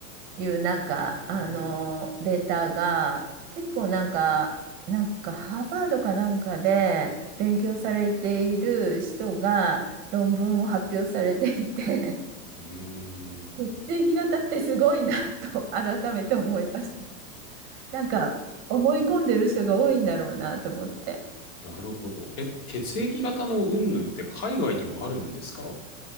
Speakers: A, on the right; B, on the left.
A: いうなんか、
B: へえ
A: あのデータが結構なんか、なんかハーバードかなんかで勉強されている人が論文を発表されていて、
B: うーん。
A: <laughs> 血液型ってすごいなと改めて思いました。なんか思い込んでる人が多いんだろうなと思って。
B: なるほど。え、血液型の云々って海外にもあるんですか